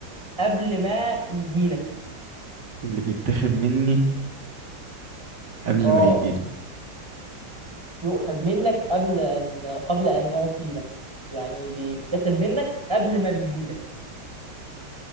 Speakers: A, on the right; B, on the right.
A: قبل ما يجي لك
B: اللي بيتاخد مني قبل
A: اه
B: ما يجيلي
A: يؤخذ منك قبل ان قبل ان يعطي لك يعني بي- بيتاخد منك قبل ما بيجي لك